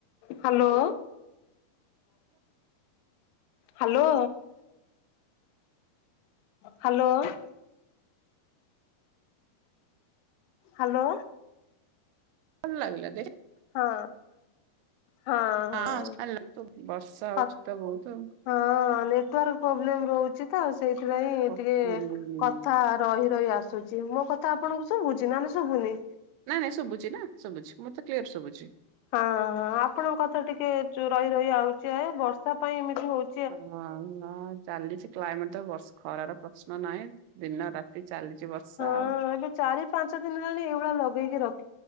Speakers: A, on the left (about 85°); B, on the right (about 85°).
A: ହ୍ୟାଲୋ? Hello hello? ହ୍ୟାଲୋ?
B: ଭଲ ଲାଗିଲା ଦେ
A: ହଁ। ହଁ ହଁ
B: ହ <unintelligible> ବର୍ଷା ହଉଛି
A: କ
B: ତ ବହୁତ।
A: ହଁ ନେଟୱାର୍କ ପ୍ରୋବ୍ଲେମ୍ ରହୁଛି ତ ସେଇଥିପାଇଁ
B: ଆଉ।
A: ଟିକେ
B: ହୁଁ ହୁଁ
A: କଥା ରହି ରହି ଆସ ଆସୁଛି। ମୋ କଥା ଆପଣଙ୍କୁ ଶୁଭୁଛିି ନା ନାହିଁ ଶୁଭୁନି?
B: ନାଇଁ ନାଇଁ ଶୁଭୁଛି ନା ଶୁଭୁଛି ମତେ କ୍ଲିୟର ଶୁଭୁଛି।
A: ହଁ ହଁ ଆପଣଙ୍କ କଥା ଟିକେ ଚୁ ରହି ରହି ଆଉଚି ଆ ଏ ବର୍ଷା ପାଇଁ ଏମିତି ହୋଉ
B: ଅ ହଁ ନା ଚାଲିଛି କ୍ଲାଇମେଟ ତ ବର୍ଷ୍ ଖରାର ପ୍ରଶ୍ନ ନାହିଁ। ଦିନ ରାତି ଚାଲିଚି ବର୍ଷା
A: ହଁ
B: ଆଉ।
A: ଏବେ ଚାରି ପାଞ୍ଚ ଦିନ ହେଲାଣି ଏଇଭଳିଆ ଲୋଭେଇକି ରଖ୍